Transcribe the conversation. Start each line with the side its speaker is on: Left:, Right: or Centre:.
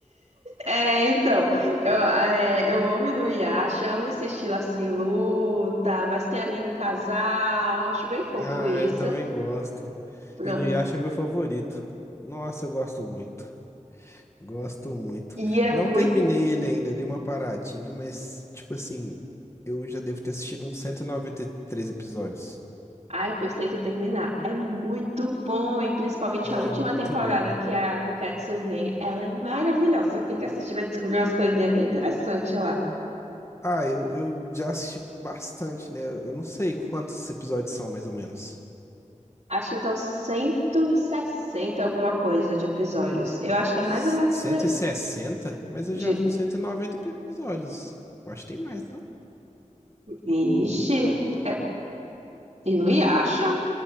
Right: É, então, eu, é, eu amo Inuyasha, amo esse estilo assim, luta, mas tem ali um casal, acho bem fofo
Left: Ah,
Right: isso.
Left: eu também gosto.
Right: Pronto.
Left: E no Yasha é meu favorito. Nossa, eu gosto muito. Gosto muito.
Right: E é
Left: Não
Right: muito.
Left: terminei ele ainda, dei uma paradinha, mas tipo assim, eu já devo ter assistido uns 193 episódios.
Right: Ai, pois tem que terminar. É muito bom, e principalmente
Left: É
Right: a última
Left: muito
Right: temporada,
Left: bom.
Right: que é a Kankatsu Rei, ela é maravilhosa. Você tem que assistir, vai descobrir umas coisinhas bem interessantes lá.
Left: Ah, eu, eu já assisti bastante, né? Eu não sei quantos episódios são mais ou menos.
Right: Acho que estão 160 alguma coisa de episódios. Eu acho que é
Left: S-
Right: mais ou menos
Left: cento
Right: por aí.
Left: e sessenta, Mas eu
Right: De...
Left: já vi uns 190 episódios. Eu acho que tem mais, não?
Right: Vixe, é... Inuyasha?